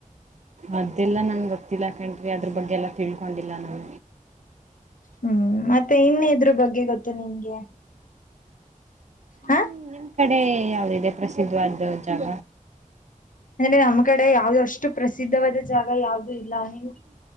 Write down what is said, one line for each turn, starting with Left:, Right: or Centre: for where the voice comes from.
Right: ಅದೆೆಲ್ಲಾ ನಂಗೆ ಗೊತ್ತಿಲ್ಲ ಕಂಡ್ರಿ ಅದ್ರ ಬಗ್ಗೆ ಎಲ್ಲ ತಿಳ್ಕೊಂಡಿಲ್ಲ ನಾವು.
Left: ಹ್ಮ್ ಮತ್ತೆ ಇನ್ನೆದ್ರ್ ಬಗ್ಗೆ ಗೊತ್ತು ನಿಮಗೆ? ಹಾ.
Right: ನಿಮ್ ನಿಮ್ ಕಡೆ ಯಾವ್ದಿದೆ ಪ್ರಸಿದ್ಧವಾದ ಜಾಗ?
Left: ಅ ನಮ್ ಕಡೆ ಯಾವದು ಅಷ್ಟ್ ಷ್ಟು ಪ್ರಸಿದ್ಧವಾದ ಜಾಗ ಯಾವುದೂ ಇಲ್ಲ ಅಲ್ಲಿ